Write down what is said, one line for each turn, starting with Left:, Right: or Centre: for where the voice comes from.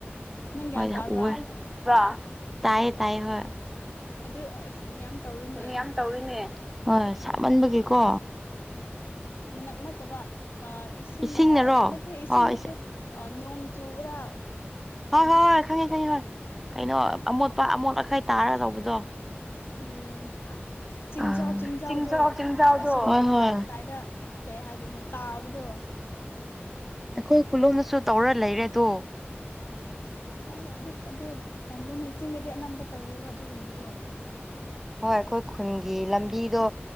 Left: ꯅꯪ ꯒ꯭ꯌꯥꯟ
Centre: ꯍꯣꯏ
Left: ꯇꯥꯕ꯭ꯔꯥ
Centre: ꯎꯋꯦ ꯕ꯭ꯔꯥ ꯇꯥꯏꯌꯦ ꯇꯥꯏꯌꯦ ꯍꯣꯏ
Left: ꯑꯗꯨ ꯑꯁ ꯃꯤꯌꯥꯝ ꯇꯧꯔꯤꯅꯦ
Centre: ꯌꯥꯝ ꯇꯧꯔꯤꯅꯦ ꯍꯣꯏ ꯁꯥꯃꯟꯕꯒꯤꯀꯣ
Left: ꯅꯠ ꯅꯠꯇꯕ ꯑ ꯏꯁꯤꯡ
Centre: ꯏꯁꯤꯡꯅꯔꯣ
Left: ꯑꯦ ꯅꯠꯇꯦ ꯏꯁꯤꯡ
Centre: ꯑꯣ
Left: ꯅꯠꯇꯦ ꯑ ꯅꯣꯡ ꯆꯨꯕꯗ ꯀꯩꯅꯣ
Centre: ꯍꯣꯏ ꯍꯣꯏ ꯈꯪꯉꯦ ꯈꯪꯉꯦ ꯍꯣꯏ ꯀꯩꯅꯣ ꯑꯃꯣꯠꯄ ꯑꯃꯣꯠ ꯑꯀꯥꯏ ꯇꯥꯔꯒ ꯇꯧꯕꯗꯣ
Left: ꯎꯝ ꯆꯤꯡꯖꯥꯎ
Centre: ꯑꯥ
Left: ꯆꯤꯡꯖꯥꯎꯗꯣ
Centre: ꯆꯤꯡꯖꯥꯎ ꯆꯤꯡꯖꯥꯎꯗꯣ
Left: ꯑ ꯁꯣꯔꯣꯛ
Centre: ꯍꯣꯏ
Left: ꯃꯇꯥꯏ
Centre: ꯍꯣꯏ
Left: ꯃꯇꯥꯏꯗ ꯀꯩ ꯍꯥꯏꯗꯣꯏꯅꯣ ꯇꯥꯕꯗꯣ
Centre: ꯑꯩꯈꯣꯏ ꯈꯨꯜꯂꯣꯝꯗꯁꯨ ꯇꯧꯔ ꯂꯩꯔꯦꯗꯣ
Left: ꯑꯣ ꯑꯗꯨ ꯑꯗꯨ ꯇꯜꯂꯦꯅꯦ ꯆꯤꯡꯗꯗꯤ ꯑꯅꯝꯕ ꯇꯧꯋꯦꯕ ꯑꯗꯨꯒꯨꯝꯕꯗꯣ
Centre: ꯍꯣꯏ ꯑꯩꯈꯣꯏ ꯈꯨꯟꯒꯤ ꯂꯝꯕꯤꯗꯣ